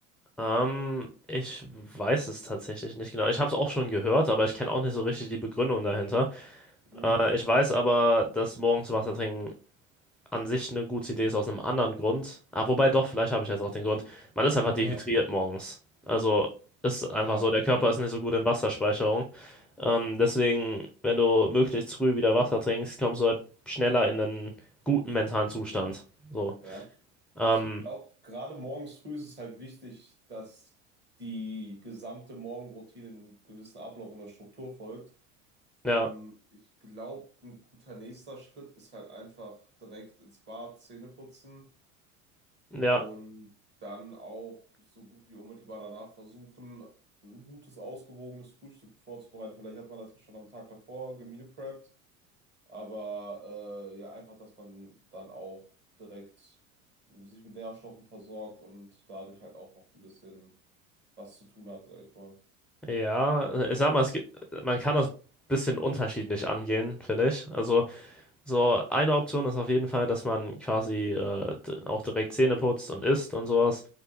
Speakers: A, in the centre; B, on the right.
A: Ähm, ich weiß es tatsächlich nicht genau. Ich habe es auch schon gehört, aber ich kenne auch nicht so richtig die Begründung dahinter.
B: Mhm.
A: Äh, ich weiß aber, dass morgens Wasser trinken an sich eine gute Idee ist aus einem anderen Grund. Ah, wobei doch, vielleicht habe ich jetzt auch den Grund. Man ist einfach dehydriert
B: Ja.
A: morgens. Also ist einfach
B: Ah,
A: so, der
B: okay.
A: Körper ist nicht so gut in Wasserspeicherung. Ähm, deswegen, wenn du möglichst früh wieder Wasser trinkst, kommst du halt schneller in einen guten mentalen Zustand. So.
B: Ja.
A: Ähm,
B: Ich glaube, gerade morgens früh ist es halt wichtig, dass die gesamte Morgenroutine einem gewissen Ablauf und einer Struktur folgt.
A: ja,
B: Ähm, ich glaube, ein guter nächster Schritt ist halt einfach direkt ins Bad, Zähne putzen
A: ja.
B: und dann auch so gut wie unmittelbar danach versuchen, ein gutes, ausgewogenes Frühstück vorzubereiten. Vielleicht hat man das ja schon am Tag davor gemeal prepped. Aber äh, ja, einfach, dass man dann auch direkt sich mit Nährstoffen versorgt und dadurch halt auch noch ein bisschen was zu tun hat, sag ich mal.
A: Ja, ich sag mal, es gibt, man kann das bisschen unterschiedlich angehen, finde ich. Also, so eine Option ist auf jeden Fall, dass man quasi äh, d- auch direkt Zähne putzt und isst und sowas.